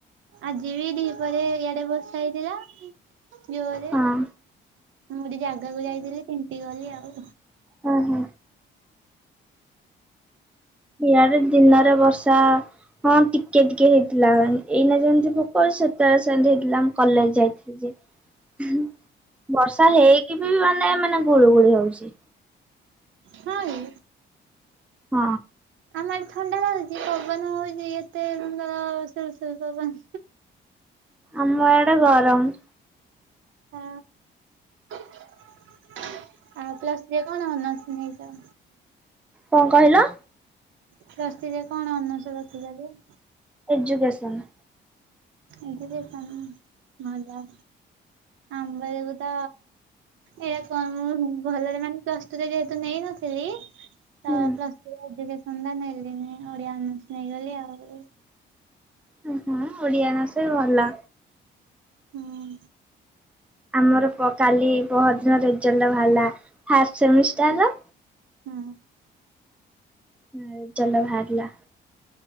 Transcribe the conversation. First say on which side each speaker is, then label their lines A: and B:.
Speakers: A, on the right; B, in the centre.
A: ଆଜି ବି ଦ୍ଵି ପହରେ ଇଆଡ଼େ ବର୍ଷା ହେଇଥିଲା। ଜୋରରେ ମୁଁ
B: ହଁ।
A: ଗୋଟେ ଜାଗାକୁ ଯାଇଥିଲି ତିନ୍ତି ଗଲି ଆଉ।
B: ହୁଁ ହୁଁ ଇଆଡ଼େ ଦିନରେ ବର୍ଷା। ହଁ ଟିକେ ଟିକେ ହେଇଥିଲା ଏଇନା ଯେମିତି ପକଉଚି ସେତେବେଳେ ସେମିତି ହେଇଥିଲା ମୁଁ କଲେଜ ଯାଇଥିଲି। ବର୍ଷା ହେଇକି ବି ମାନେ ମାନେ ଗୁଳୁ ଗୁଳି ହଉଛି।
A: ହଁ ଏ
B: ହଁ
A: ନାଇଁ ଥଣ୍ଡା ଲାଗୁଛି ପବନ ହଉଛି ଏତେ ସୁନ୍ଦର ସୁଲ୍ ସୁଲ୍ ପବନ।
B: ଆମ ଏଆଡେ ଗରମ।
A: ହଁ ଆଉ ପ୍ଲସ୍ ଥ୍ରୀ ରେ କଣ ଅନର୍ଶ ନେଇଛ।
B: କଣ କହିଲ।
A: ପ୍ଲସଥ୍ରୀ କଣ ରଖିଥିଲା ଯେ।
B: ଏଜ୍ୟୁକେସନ୍।
A: ଏଜ୍ୟୁକେସନ୍ ଭଲ। ଆମବେଳକୁ ତ। ଏଇଟା କଣ ମୁଁ ଭଲରେ ମାନେ ପ୍ଲସ୍ ଟୁରେ ଯେହେତୁ ନେଇନଥିଲି ତ
B: ହୁଁ।
A: ପ୍ଲସ ଏଜ୍ୟୁକେସନ୍ ନେଲିନି ଓଡିଆ ଅନର୍ଷ ଟା ନେଇଗଲି ଆଉ।
B: ଓ ହଁ ଓଡିଆ ଅନର୍ଷ ଭଲ।
A: ହଁ
B: ଆମର ପ୍ର କାଲି ପ୍ରହରଦିନ ରେଜଲ୍ଟ ବାହାରିଲା ଫାଷ୍ଟ ସେମିଷ୍ଟାର୍ ର।
A: ହୁଁ
B: ହୁଁ ରେଜେଲ୍ଟ ବାହାରିଲା।